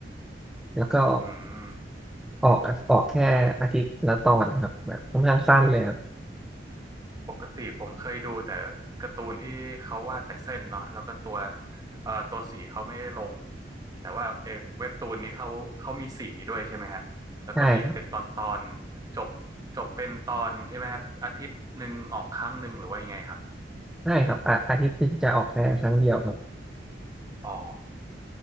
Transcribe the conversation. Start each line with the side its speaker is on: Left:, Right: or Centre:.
Centre: แล้วก็
Right: อืม
Centre: ออกออกแค่อาทิตย์ละตอนครับแบบค่อนข้างสั้นเลยครับ
Right: ปกติผมเคยดูแต่การ์ตูนที่เขาวาดแต่เส้นเนาะแล้วก็ตัวเอ่อตัวสีเขาไม่ได้ลงแต่ว่าเออเว็บตูนนี้เขาเขามีสีด้วยใช่ไหมฮะแล้วก็มีเป็นตอนตอน
Centre: ใช่ครับ
Right: จบจบเป็นตอนใช่ไหมฮะอาทิตย์หนึ่งออกครั้งหนึ่งหรือว่ายังไงครับ
Centre: ใช่ครับอ่ะอาทิตย์หนึงจะออกแค่ครั้งเดียวครับ
Right: อ๋อ